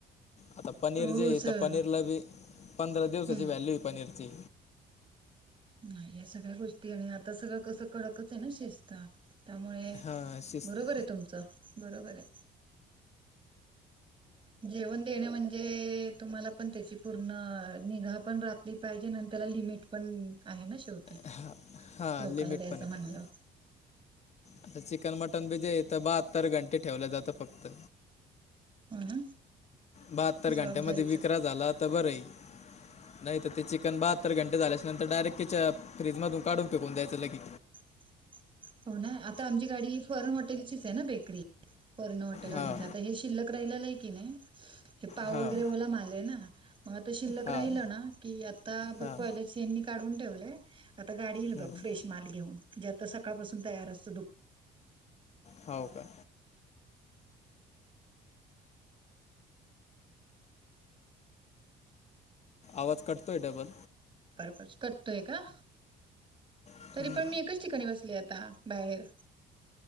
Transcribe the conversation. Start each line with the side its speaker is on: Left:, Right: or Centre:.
Left: आता पनीर
Right: हो
Left: जे आहे,
Right: सर
Left: पनीरला बी पंधरा दिवसाची
Right: हम्म
Left: व्हॅल्यू आहे पनीरची
Right: आणि या सगळ्या गोष्टी आणि आता सगळं कसं कडकच आहे ना शिस्त त्यामुळे
Left: हां शिस्त.
Right: बरोबर आहे तुमचं बरोबर आहे जेवणं देणं म्हणजे तुम्हाला पण त्यांची पूर्ण निघा पण राखली पाहिजे, आणि त्याला लिमिट पण आहे ना शेवटी
Left: हां हां
Right: लोकाला
Left: लिमिट
Right: द्यायचं
Left: पण आहे
Right: म्हनलं.
Left: त्याला आता चिकन मटन बी जे हीत बहात्तर घंटे ठेवलं जातं फक्त
Right: हो ना.
Left: बहात्तर
Right: जबाबदारीच
Left: घंट्यामध्ये विकरा झालातर बरं आहेय. नाही तर ते चिकन बहात्तर घंटे झाल्याच्या नंतर डायरेक्ट फ्रीजमधून काढून फेकून द्यायचं लगे.
Right: <unintelligible> हो ना आता आमची गाडी फर्न हॉटेलचीच आहे ना बेकरी फर्न हॉटेलवाल्यांच
Left: हां
Right: आता हे शिल्लक राहीललेय की नाय हे पाव
Left: हां
Right: वगैरे ओला माल ये ना म आता शिल्लक
Left: हां
Right: राहिल ना की आता बघ
Left: हां
Right: पहिलंच यांनी काढून ठेवलय. आता गाडी येईल
Left: हं.
Right: बघ फ्रेश माल घेऊन म्हणजे आता सकाळपासून तयार असतो दु
Left: हाव का आवाज कटतोय डबल
Right: परपज कटतोय का
Left: हं.
Right: तरी पण मी एकच ठिकाणी बसले आता बाहेर